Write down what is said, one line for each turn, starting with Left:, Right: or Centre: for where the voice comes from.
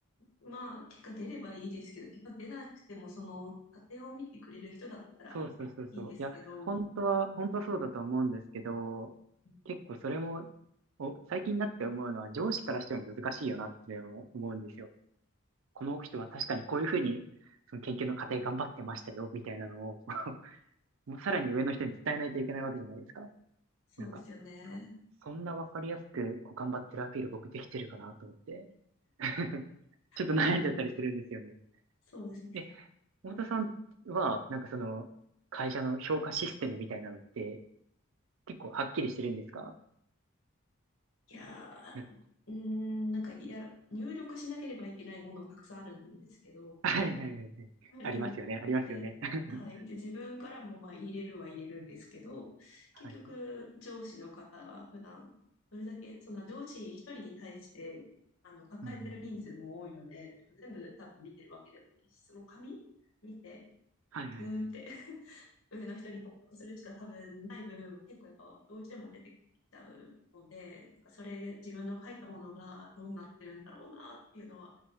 Left: まあ、結果出ればいいですけど、結果出なくても、その、家庭を見てくれる人だったらいいですけど、
Right: そうそうそうそう。いや、本当は、本当はそうだと思うんですけど、
Left: うん
Right: 結構それも、お、最近になって思うのは上司からしても難しいよなって思うんですよ。この人は確かにこういうふうに、その研究の過程頑張ってましたよ、みたいなのを <laughs> もうさらに上の人に伝えないといけないわけじゃないですか。
Left: そうですよね。
Right: なんか、そそんなわかりやすく、こう頑張ってるアピール僕できてるかなと思って、<laughs> ちょっと悩んじゃったりするんですよね。
Left: 普段、そうですね。
Right: で、
Left: あ
Right: 太田さんは、なんかその、会社の評価システムみたいなのって、結構はっきりしてるんですか
Left: いやー、
Right: なんか
Left: うーん、なんか、いや、入力しなければいけないものはたくさんあるんですけど、
Right: はいはいはいはい。
Left: はい、
Right: ありますよね、
Left: でも、
Right: ありますよね。
Left: で、
Right: <laughs>
Left: はい。で、自分からもまあ入れるは入れるんですけど、結局、
Right: はい。
Left: 上司の方が普段、どれだけ、その上司一人に対して、あの、抱えてる人数も多いので、
Right: うんうん。
Left: 全部多分見てるわけでもないし、その紙見て、
Right: はいはいはい。
Left: うーんって <laughs> 上の人に報告するしか多分ない部分も結構やっぱどうしても出てきちゃうので、なんかそれ、自分の書いたものがどうなってるんだろうなっていうのは、